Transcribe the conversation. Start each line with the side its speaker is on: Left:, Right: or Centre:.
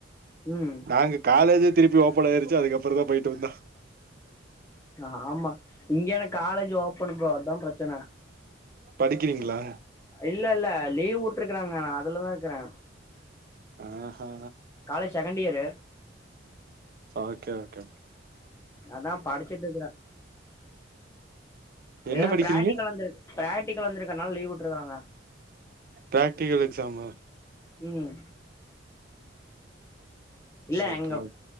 Left: ம்
Right: அங்க காலேஜே திருப்பி ஓபன் ஆயிருச்சு அதுக்கப்புறந்தா போயிட்டு வந்தா
Left: ஆ ஆமா இங்க எனக் காலேஜ் ஓப்பன் ஃப்ரோ அதா பிரச்சன
Right: படிக்கிறீங்ளா
Left: இல்ல இல்ல லீவ் வுட்டுருக்குறாங்க நா அதுலதா இருக்றே
Right: ஆஹா
Left: college second year
Right: so okay okay okay
Left: அதா படிச்சுட் இருக்றே
Right: என்ன
Left: எதாவது
Right: படிக்கிறீங்க
Left: பிராக்டிகல் வந்துருக்கு பிராக்டிக்கல் வந்திருக்றனால லீவ் வுட்ருக்குறாங்க
Right: பிராக்டிகல் எக்ஸாமா
Left: ம் இல்ல
Right: ஓகே
Left: எங்கம்